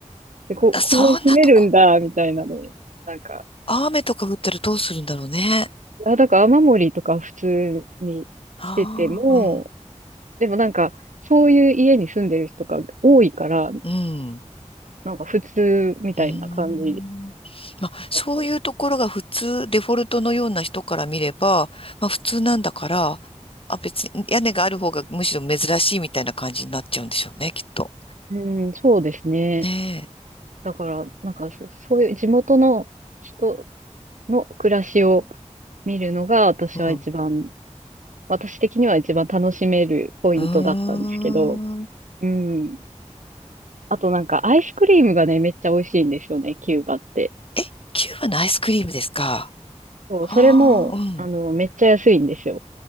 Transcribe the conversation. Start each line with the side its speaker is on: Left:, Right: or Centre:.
Right: で、こ、
Left: あそんなとこ。
Right: こう住めるんだ、みたいなね。なんか、
Left: 雨とか降ったらどうするんだろうね。
Right: あ、だから雨漏りとか普通にしてても、
Left: ああ、うん。
Right: でもなんか、そういう家に住んでる人が多いから、
Left: うん。
Right: なんか普通みたいな感じ
Left: へん。まあ、そういうところが普通、
Right: だったり。
Left: デフォルトのような人から見れば、まあ普通なんだから、あ、別に屋根がある方がむしろ珍しいみたいな感じになっちゃうんでしょうね、きっと。
Right: うん、そうですね。
Left: ね
Right: だから、なんかそそういう地元の人の暮らしを見るのが私は一番、
Left: え。うん。
Right: 私的には一番楽しめるポイントだったんですけど、
Left: うーん。
Right: うん。あとなんかアイスクリームがね、めっちゃ美味しいんですよね、キューバって。
Left: え、キューバのアイスクリームですか
Right: そう、
Left: ああー、
Right: それも、
Left: うん。
Right: あの、めっちゃ安いんですよ。